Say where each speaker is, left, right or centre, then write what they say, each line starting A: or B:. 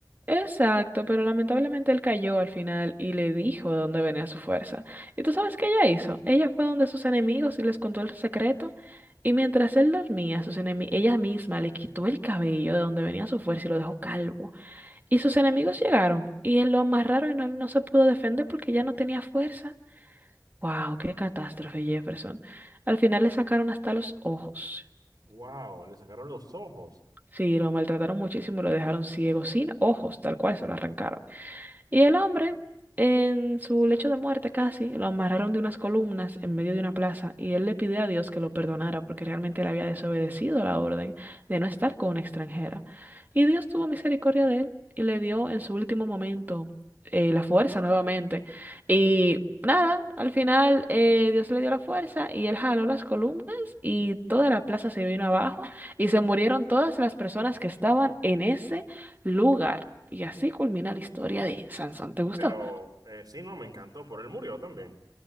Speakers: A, on the right; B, on the right.
A: Exacto, pero lamentablemente él cayó al final y le dijo de dónde venía su fuerza. ¿Y tú sabes qué ella hizo? Ella fue donde sus enemigos y les contó el secreto. Y mientras él dormía, sus enemi- ella misma le quitó el cabello de donde venía su fuerza y lo dejó calvo. Y sus enemigos llegaron y él lo amarraron y no, no se pudo defender porque ya no tenía fuerza. ¡Wow! ¡Qué catástrofe, Jefferson! Al final le sacaron hasta los ojos.
B: Wow, le sacaron los ojos.
A: Sí, lo maltrataron muchísimo, lo dejaron ciego, sin ojos, tal cual se lo arrancaron. Y el hombre, en su lecho de muerte casi, lo amarraron de unas columnas en medio de una plaza y él le pidió a Dios que lo perdonara porque realmente él había desobedecido la orden de no estar con una extranjera. Y Dios tuvo misericordia de él y le dio en su último momento eh, la fuerza nuevamente. Y nada, al final eh, Dios le dio la fuerza y él jaló las columnas y toda la plaza se vino abajo y se murieron todas las personas que estaban en ese lugar. Y así culmina la historia de Sansón. ¿Te gustó?
B: Pero eh, sí, no, me encantó, pero él murió también.